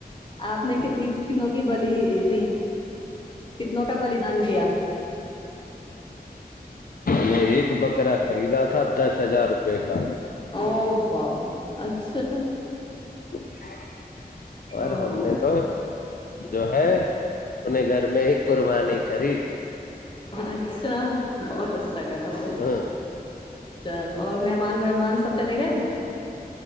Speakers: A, on the left; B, on the left.
A: آپ نے کتنی کتوں کی بلی دی کتنوں کا بلیدان کیا
B: میں ایک بکرا خریدا تھا دس ہزار روپے کا
A: او باب اچھا
B: ہ <inaudible> اور
A: او
B: ہم
A: ہو
B: نے تو جو ہے اپنے گھر میں ہی قربانی کررییب
A: اچھا ف کا گب
B: ہاں
A: چل اور مہمان ومان سب چلے گئے